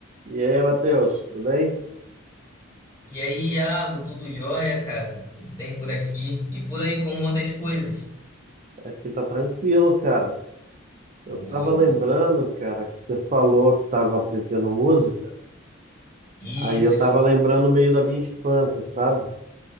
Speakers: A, on the right; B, on the left.
A: E aí, Matheus, tudo bem?
B: E aí, Iago, tudo jóia, cara? Tudo bem por aqui? E por aí, como anda as coisas?
A: Aqui tá tranquilo, cara. Eu
B: Boa,
A: tava lembrando,
B: boa.
A: cara, que você falou que tava aprendendo música.
B: Isso,
A: Aí eu
B: isso.
A: tava lembrando meio da minha infância, sabe?